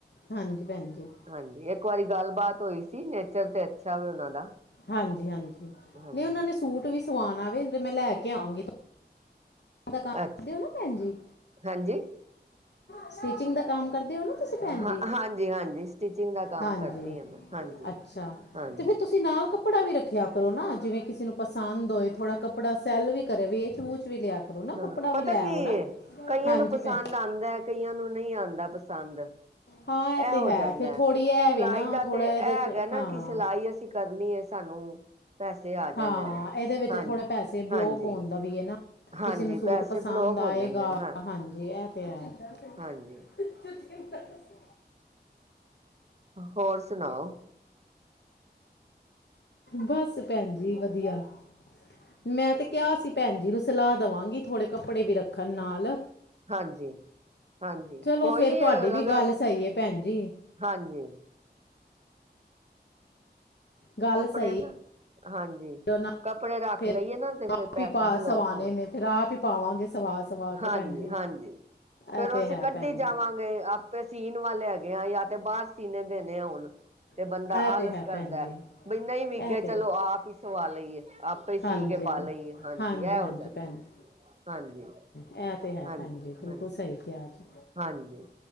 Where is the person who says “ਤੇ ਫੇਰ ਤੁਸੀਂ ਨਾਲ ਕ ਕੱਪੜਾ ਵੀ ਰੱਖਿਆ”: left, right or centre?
Left